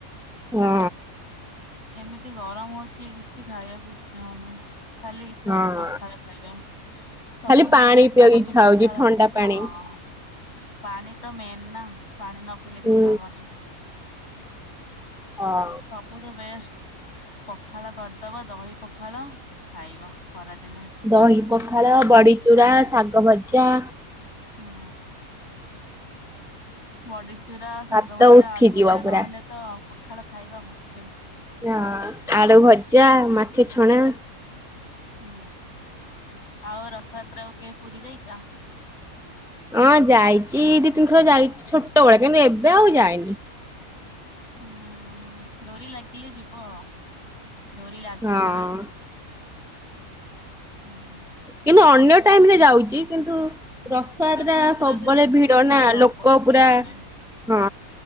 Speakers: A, in the centre; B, on the left (about 45°).
A: ହୁଁ।
B: ଏମିତି ଗରମ ହଉଛି କିଛି ଖାଇବାକୁ ଇଚ୍ଛା ହଉନି। ଖାଲି ଇଚ୍ଛା
A: ହଁ।
B: ହଉଛି ପଖାଳ ଖାଇବା। ସବୁଠୁ
A: ଖାଲି ପାଣି
B: ବେଶ୍
A: ପିଇବାକୁ
B: ଦହି
A: ଇଚ୍ଛା
B: ପଖାଳ
A: ହଉଛି ଥଣ୍ଡା ପାଣି।
B: ହଁ। ପାଣି ତ ମେନ୍ ନା ପାଣି ନ ପିଇଲେ
A: ହୁଁ।
B: କିଛି ହବନି।
A: ହଁ।
B: ସବୁଠୁ ବେଷ୍ଟ। ପଖାଳ କରିଦବ ଦହି ପଖାଳ ଖାଇବ ଖରାଦିନେ।
A: ଦହି ପଖାଳ ବଡିଚୂରା ଶାଗ ଭଜା।
B: ହୁଁ। ବଡିଚୁରା ଶାଗ
A: ଭାତ
B: ଭଜା
A: ଉଠିଯିବ
B: ଆଳୁ ଭଜା
A: ପୁରା।
B: ନହେଲେ ତ ପଖାଳ ଖାଇବା ମୁସ୍କିଲ।
A: ହା ଆଳୁ ଭଜା ମାଛ ଛଣା
B: ହୁଁ ଆଉ ରଥଯାତ୍ରା କୁ କେବେ ପୁରୀ ଯାଇଚ।
A: ହଁ ଯାଇଛି ଦି ତିନିଥର ଯାଇଛି ଛୋଟବେଳେ କିନ୍ତୁ ଏବେ ଆଉ ଯାଇନି।
B: ହୁଁ ଡୋରି ଲାଗିଲେ ଯିବ ଡୋରି ଲାଗୁନି
A: ହଁ
B: ଆଉ। ହୁଁ
A: କିନ୍ତୁ ଅନ୍ୟ ଟାଇମ୍ ରେ ଯାଉଛି କିନ୍ତୁ ରଥଯାତ୍ରା
B: ରଥଯାତ୍ରାରେ
A: ସବୁବେଳେ
B: ତ ଏତେ
A: ଭିଡ ନା ଲୋକ
B: ପଶି
A: ପୁରା
B: ହବନି
A: ହଁ